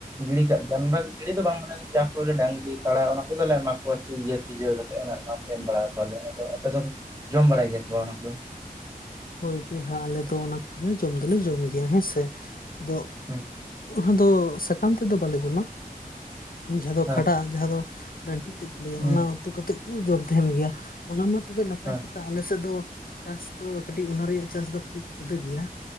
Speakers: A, on the right (about 20°); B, on the left (about 70°).
A: ᱜᱤᱰᱤ ᱠᱟᱜ ᱡᱟᱱ ᱜᱤᱲᱰᱤ ᱫᱚ ᱵᱟᱝ ᱜᱩᱴᱤ ᱵᱟᱲᱟᱭ ᱜᱮᱭᱟ ᱢᱟᱱᱮ ᱡᱟᱦᱟᱸ ᱠᱚᱨᱮ ᱰᱟᱝᱨᱤ ᱠᱟᱲᱟ ᱚᱱᱟ ᱠᱚᱫᱚᱞᱮ ᱮᱢᱟ ᱠᱚᱣᱟ ᱥᱡᱟᱹ ᱥᱤᱡᱟᱹᱣ ᱠᱟᱛᱮ ᱮᱢ ᱵᱟᱲᱟ ᱠᱚᱣᱟᱞᱮ ᱟᱫᱚ ᱟᱯᱮ ᱫᱚ ᱡᱚᱢ ᱵᱟᱲᱟᱭ ᱜᱮᱭᱟ ᱥᱮ ᱵᱟᱝ ᱚᱱᱟ ᱠᱚᱫᱚ᱾
B: ᱦᱳᱭ ᱵᱚᱭᱦᱟ ᱟᱞᱮ ᱫᱚ ᱚᱱᱟ ᱠᱚᱦᱚᱸ ᱡᱚᱢ ᱫᱚᱞᱮ ᱡᱚᱢ ᱜᱮᱭᱟ ᱦᱮᱸᱥᱮ ᱟᱫᱚ᱾
A: ᱦᱮᱸ
B: ᱚᱱᱟ ᱫᱚ ᱥᱟᱠᱟᱢ ᱛᱮᱫᱚ ᱵᱟᱞᱮ ᱡᱚᱢᱟ ᱡᱟᱦᱟᱸ ᱫᱚ
A: ᱦᱮᱸ
B: ᱠᱷᱟᱰᱟ ᱡᱟᱦᱟᱸ ᱫᱚ ᱰᱟᱹᱱᱴᱤ ᱛᱮᱫ ᱠᱚ ᱞᱟᱹᱭᱟ
A: ᱦᱩᱸ
B: ᱚᱱᱟ ᱩᱛᱩ ᱠᱟ ᱠᱟᱛᱮᱮᱫ ᱠᱚ ᱡᱚᱢ ᱛᱟᱦᱮᱱ ᱜᱮᱭᱟ ᱚᱱᱟ ᱢᱟ ᱛᱚᱵᱮ ᱱᱟᱯᱟᱭ
A: ᱦᱮᱸ
B: ᱠᱟᱛᱷᱟ ᱟᱞᱮᱥᱮᱫ ᱫᱚ ᱪᱟᱥ ᱫᱚ ᱠᱟᱹᱴᱤᱡ ᱚᱱᱟ ᱨᱮᱭᱟᱜ ᱪᱟᱥ ᱫᱚ ᱠᱟᱹᱴᱤᱡ ᱡᱩᱫᱟᱹ ᱜᱮᱭᱟ᱾